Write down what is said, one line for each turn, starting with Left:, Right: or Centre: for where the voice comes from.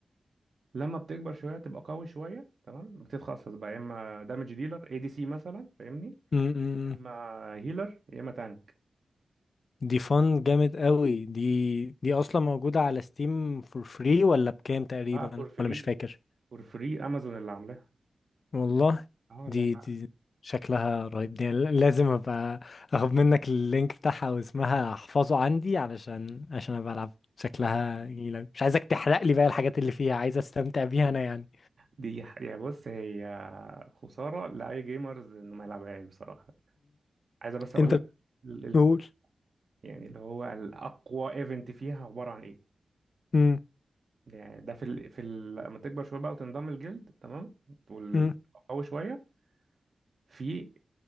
Right: لما بتكبر شويه تبقى قوي شويه تمام بتتخصص بقى يا اما دامج ديلر اي دي سي مثلا فاهمني
Left: أمم، أمم.
Right: يا اما هيلر يا اما تانك
Left: دي فن جامد قوي دي دي اصلا موجودة على ستيم فور فري ولا بكام تقريبا
Right: اه فور فري
Left: ولا مش فاكر
Right: فور فري امازون اللي عاملاها
Left: والله
Right: اه
Left: دي
Right: لا
Left: دي شكلها رهيب دي لازم ابقى اخد منك اللينك بتاعها واسمها احفظه عندي علشان عشان ابقى العب شكلها جميلة مش عايزك تحرق لي بقى الحاجات اللي فيها عايز استمتع بيها انا يعني
Right: دي ح- يعني بص هي خسارة لأي جيمرز إنه ما يلعبهاش بصراحة عايزة بس أقول
Left: انت
Right: لك ال- الكو
Left: بتقول
Right: يعني اللي هو الأقوى إيفنت فيها عبارة عن إيه
Left: امم
Right: يعني ده في ال... في ال... لما تكبر شوية بقى وتنضم الجلد تمام وال-
Left: امم
Right: قوي شوية في